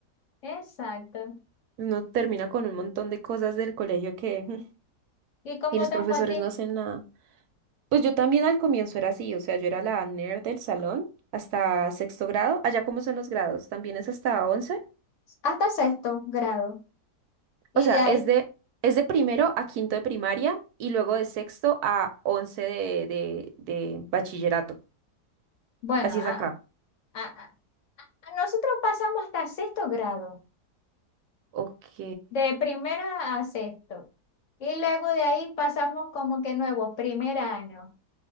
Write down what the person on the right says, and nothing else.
Uno termina con un montón de cosas del colegio que... <laughs> mm,
Y los
profesores
no hacen nada. Pues yo también al comienzo era así. O sea, yo era la nerd del salón hasta sexto grado. Allá, ¿cómo son los grados? ¿También es hasta once?
O sea,
es de, es de primero a quinto de primaria y luego de sexto a once de, de, de bachillerato.
Así
es acá.
Ok,